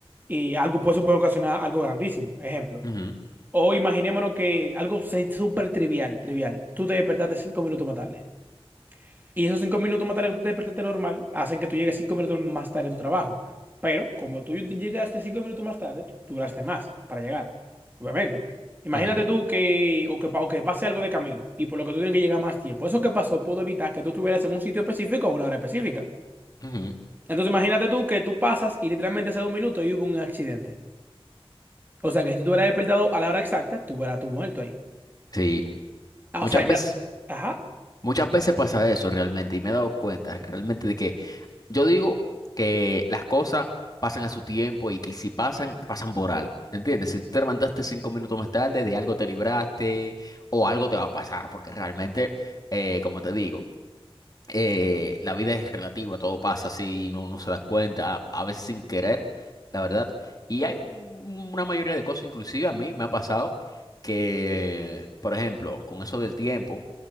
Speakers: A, on the right; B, on the left.
A: y algo, pues, eso puede ocasionar algo grandísimo. Ejemplo.
B: ujú,
A: O imaginémonos que algo se- súper trivial, trivial. Tú te despertaste cinco minutos más tarde. Y esos cinco minutos más tarde que tú te despertaste normal hacen que tú llegues cinco minutos más tarde a tu trabajo. Pero como tú llegaste cinco minutos más tarde, duraste más para llegar. Obviamente. Imagínate
B: ujú,
A: tú que, o que, pa- o que pase algo de camino y por lo que tú tienes que llegar más tiempo. Eso que pasó pudo evitar que tú estuvieras en un sitio específico a una hora específica.
B: ujú,
A: Entonces imagínate tú que tú pasas y literalmente hace dos minutos y hubo un accidente. O sea que si tú te hubieras despertado a la hora exacta, tú hubieras tú muerto ahí.
B: Sí.
A: Ah,
B: Muchas
A: o sea, ya.
B: veces,
A: Ajá.
B: muchas veces pasa eso realmente y me he dado cuenta realmente de que yo digo que las cosas pasan a su tiempo y que si pasan, pasan por algo. ¿Entiendes? Si tú te levantaste cinco minutos más tarde, de algo te libraste o algo te va a pasar porque realmente, eh, como te digo. eh, la vida es relativa, todo pasa así y no, no se da cuenta, a, a veces sin querer, la verdad. Y hay un- una mayoría de cosas, inclusive a mí me ha pasado que, por ejemplo, con eso del tiempo,